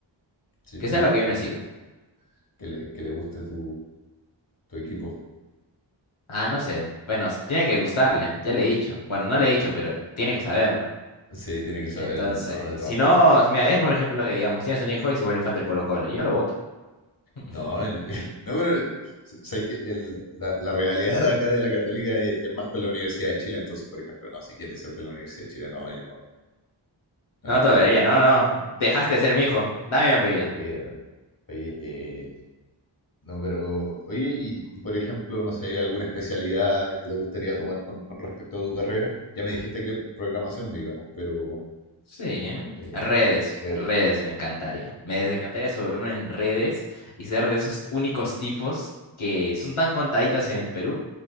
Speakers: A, on the left; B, on the left.
A: Sí,
B: que
A: y,
B: sea lo que yo no he sido.
A: y que le, que le guste tu, tu equipo.
B: Ah, no sé. Bueno, s- tiene que gustarle, ya le he dicho. Bueno, no le he dicho, pero tiene que saberlo.
A: Sí, tiene que saberlo,
B: Entonces,
A: ¿no? De todas
B: si
A: maneras.
B: no, mira, es por ejemplo que digamos, tienes un hijo y se vuelve fan del Colo-Colo, yo lo voto. <laughs>
A: No, yo- <laughs> no, pero sabéis que el- la, la realidad acá de la Católica es, es más con la Universidad de Chile, entonces, por ejemplo, no, si quieres ser de la Universidad de Chile, no, yo no, no,
B: No te debería,
A: no,
B: no, no. Dejaste de ser
A: no,
B: mi hijo.
A: no,
B: Dame mi apellido.
A: sí, no. Oye, eh, no, pero, oye, y, y, por ejemplo, no sé, alguna especialidad que te gustaría tomar con, con respecto a tu carrera, ya me dijiste que programación, digamos, pero,
B: Sí.
A: eh,
B: Redes,
A: pero,
B: redes me encantaría. Me encantaría sobre en redes y ser de esos únicos tipos que son tan contaditos en el Perú